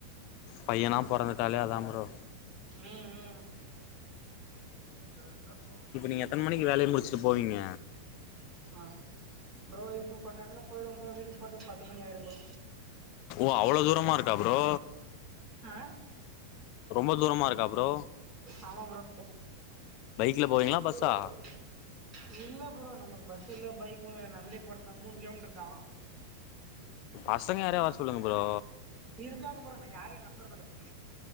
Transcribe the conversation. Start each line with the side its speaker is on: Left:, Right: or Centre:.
Left: பையனா பொறந்துட்டாலே அதா ப்ரோ
Right: ம், ம் வில போங்க
Left: இப்ப நீங்க எத்தன மணிக்கு வேலைய முடிச்சுட்டு போவீங்க
Right: ஆ ப்ரோ இப்ப கொஞ்ச நேரத்துல போயிடுவ ப்ரோ வீட்டுக்கு போறதுக்கு பத்து மணி ஆயிடு ப்ரோ
Left: ஓ அவ்ளோ தூரமா இருக்கா ப்ரோ
Right: ஆ,
Left: ரொம்ப தூரமா
Right: அ
Left: இருக்கா ப்ரோ
Right: ஆமா ப்ரோ
Left: பைக்ல போவிங்களா
Right: சொல்லுடா
Left: பஸ்ஸா
Right: வெளிய வா இல்ல ப்ரோ நமக்கு பஸ் இல்ல பைக் கு இல்ல நடந்தே போறதுத மூணு கிலோமீட்டர்தா
Left: பசங்க யாரையா வர சொல்லுங்க ப்ரோ
Right: இருக்காங்க ப்ரோ நா யாரையு நம்புறது இல்ல ப்ரோ